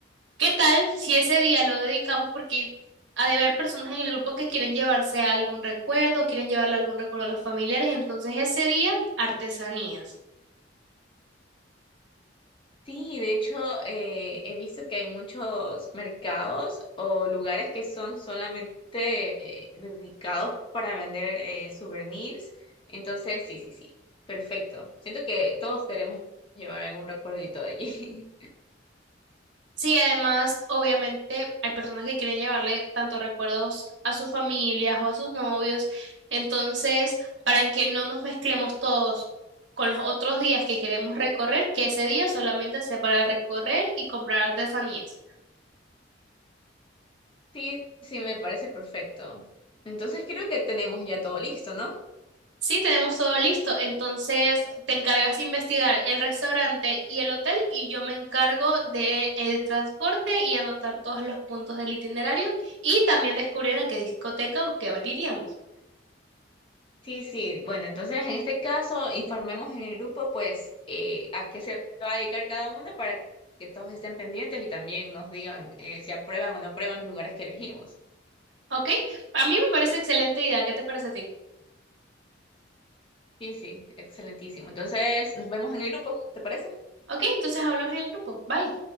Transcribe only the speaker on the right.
¿Qué tal si ese día lo dedicamos porque ha de haber personas en el grupo que quieren llevarse algún recuerdo, quieren llevarle algún recuerdo a los familiares, entonces ese día artesanías.
Sí, además, obviamente hay personas que quieren llevarle tanto recuerdos a sus familias o a sus novios, entonces para que no nos mezclemos todos con los otros días que queremos recorrer, que ese día solamente sea para recorrer y comprar artesanías.
Sí, tenemos todo listo. Entonces, te encargas de investigar el restaurante y el hotel y yo me encargo de el transporte y anotar todos los puntos del itinerario y también descubrir a qué discoteca o qué bar iríamos.
¿Ok? A mí me parece excelente idea. ¿Qué te parece a ti?
Ok, entonces hablamos en el grupo. Bye.